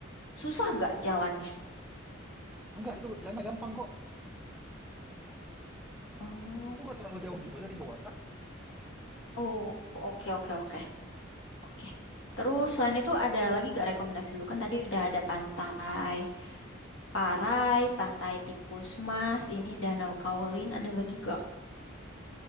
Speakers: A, on the left; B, in the centre.
A: susah gak jalannya?
B: Enggak itu jalannya gampang kok.
A: Oh,
B: Itu nggak terlalu jauh juga dari Bogor
A: oh, oke oke oke oke. Terus selain itu ada lagi gak rekomendasi lu kan tadi udah ada pantai Parai, pantai Tikus Mas, ini Danau Kaolin ada lagi gak?